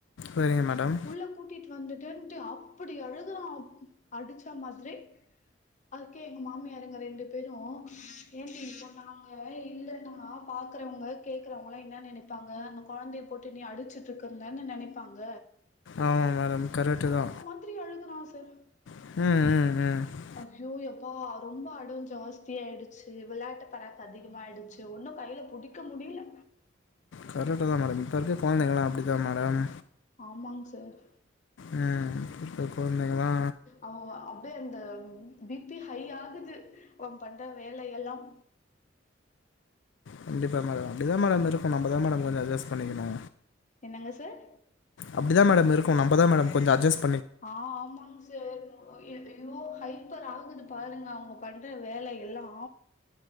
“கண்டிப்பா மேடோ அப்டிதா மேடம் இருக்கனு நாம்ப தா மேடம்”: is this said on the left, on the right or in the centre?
Left